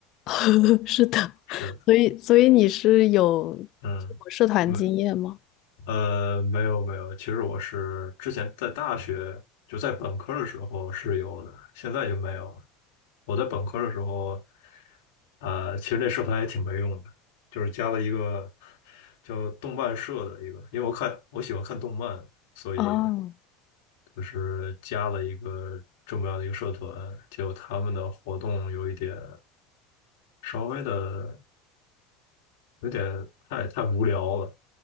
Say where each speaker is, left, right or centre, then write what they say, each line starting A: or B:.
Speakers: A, on the left; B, on the left.
A: <laughs> 是的，
B: 是，
A: 所以所以你是有这种社团经验吗？
B: 嗯，没，呃，没有没有，其实我是之前在大学，就在本科的时候是有的，现在就没有了。我在本科的时候，啊、其实那社团也挺没用的，就是加了一个叫动漫社的一个，因为我看我喜欢看动漫，所以
A: 哦
B: 就是加了一个这么样的一个社团，结果他们的活动有一点稍微的有点太太无聊了，